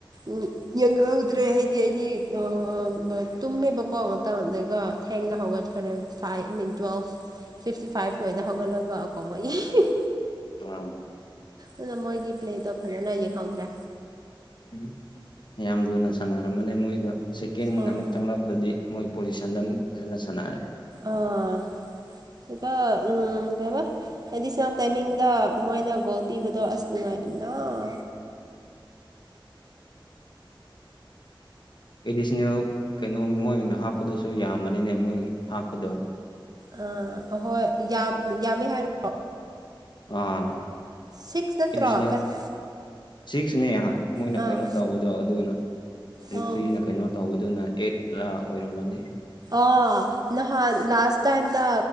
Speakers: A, on the right; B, on the left.
A: ꯎꯝ꯫ ꯌꯦꯡꯍꯧꯗ꯭ꯔꯦ ꯍꯥꯏꯗꯤ ꯑꯩꯗꯤ <unintelligible> ꯇꯨꯝꯃꯦꯕꯀꯣ ꯉꯥꯛꯇꯪꯗꯦꯒ ꯊꯦꯡꯅ ꯍꯧꯒꯠꯈ꯭ꯔꯦ ꯐꯥꯏꯚ ꯃꯤꯟ ꯇꯨꯌꯦꯜꯐ ꯐꯤꯐꯇꯤ ꯐꯥꯏꯚꯀꯤ ꯗ ꯍꯧꯒꯠꯂꯒ ꯀꯣ <unintelligible>
B: ꯑꯝ꯫
A: ꯗꯨꯅ ꯃꯣꯏꯒꯤ ꯄ꯭ꯂꯦꯗꯣ ꯐꯖꯅ ꯌꯦꯡꯍꯧꯗ꯭ꯔꯦ꯫
B: ꯎꯝ ꯌꯥꯝ ꯂꯨꯅ ꯁꯥꯟꯅꯔꯝꯕꯅꯦ ꯃꯣꯏꯗꯣ ꯁꯦꯀꯦꯟ
A: ꯑꯥ
B: ꯑꯃꯨꯛ ꯆꯪꯂꯛꯄꯗꯗꯤ꯫ ꯃꯣꯏ ꯄꯣꯖꯤꯁꯟꯗ ꯑꯃꯨꯛ ꯐꯖꯅ ꯁꯥꯟꯅꯔꯦ꯫
A: ꯑꯥ꯫ ꯑꯗꯨꯒ ꯀꯩꯩꯅꯣ ꯑꯦꯗꯤꯁꯅꯦꯜ ꯇꯥꯏꯃꯤꯡꯗ ꯃꯣꯏꯅ ꯒꯣꯜ ꯄꯤꯕꯗꯣ ꯑꯁ ꯅꯨꯡꯉꯥꯏꯔꯗꯣ
B: ꯑꯦꯗꯤꯁꯅꯦꯜ ꯀꯩꯅꯣ ꯃꯣꯏꯅ ꯍꯥꯞꯄꯗꯨꯁꯨ ꯌꯥꯝꯃꯅꯤꯅꯦ ꯃꯣꯏꯒꯤ ꯍꯥꯞꯄꯗꯣ
A: ꯑ ꯑꯍꯣꯏ ꯌꯥꯝ ꯌꯥꯝꯃꯦ ꯍꯥꯏꯔ
B: ꯑꯥ
A: ꯁꯤꯛꯁ ꯅꯠꯇ꯭ꯔꯣ
B: ꯑꯦꯗꯤꯁꯅꯦꯜ
A: ꯇꯔꯨꯛ
B: ꯁꯤꯛꯁꯅꯦ ꯍꯥꯏ ꯃꯣꯏꯅ
A: ꯑꯥ
B: ꯀꯩꯅꯣ ꯇꯧꯕꯗꯣ ꯑꯗꯨꯒꯅ ꯔꯤꯐ꯭ꯔꯤꯅ
A: ꯑꯥ
B: ꯀꯩꯅꯣ ꯇꯧꯕꯗꯨꯅ ꯑꯦꯠꯇꯂ ꯑꯣꯏꯔꯝꯃꯅꯤ꯫
A: ꯑꯣ ꯅꯍꯥꯟ ꯂꯥꯁ ꯇꯥꯏꯝꯗ